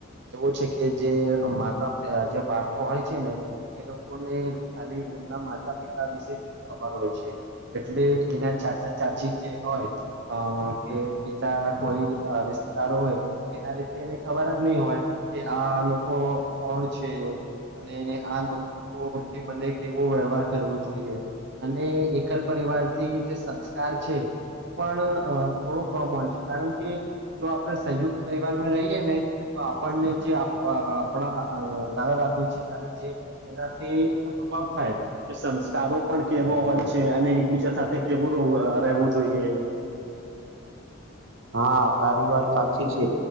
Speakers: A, on the right; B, on the right.
A: એવો છે, કે જે માતા જે બાળકો હોય છે ને એ લોકોને ખાલી એમના માતા પિતા વિશે જ ખબર હોય છે, એટલે એના ચાચા ચાચી જે હોય અ કે બીજા કોઈ અ રિસ્દારો હોય એના રીતે એને ખબર જ નહી હોય કે આ લોકો કોણ છે, અને આ લોકોથી મને કેવો વ્યવહાર કરવો જોઈએ અને એકલ પરિવારથી જે સંસ્કાર છે. એ પણ અ થોડું કમ હોય છે, કારણ કે જો આપણે સંયુક્ત પરિવારમાં રહીએ ને તો આપણને જે અ આપણા દાદા દાદી છે, <unintelligible> એનાથી અનુભ વ થાય કે સંસ્કારો પણ કેવો હોય છે, અને એકબીજા સાથે કેવું રોવુ અ રહેવું જોઈએ
B: હા તારી વાત સાચી છે,